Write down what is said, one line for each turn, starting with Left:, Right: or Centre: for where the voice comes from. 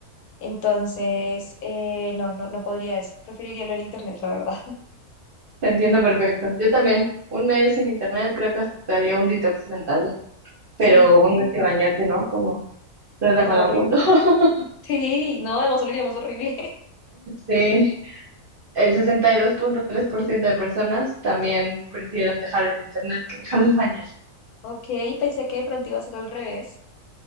Left: Entonces, eh, no, no, no podría eso. Preferiría lo del internet, la verdad. <laughs>
Right: Te entiendo perfecto. Yo también, un mes sin internet creo que hasta te haría un detox mental, pero
Left: Sí,
Right: un mes sin bañarte, ¿no? Como la
Left: no,
Right: vagabundo.
Left: horrible.
Right: <laughs>
Left: Sí, no, además lo diríamos horrible.
Right: Sí, el 62.3%
Left: <laughs>
Right: de personas también prefieren dejar el internet que dejar de bañar.
Left: Ok, pensé que de pronto iba a ser al revés.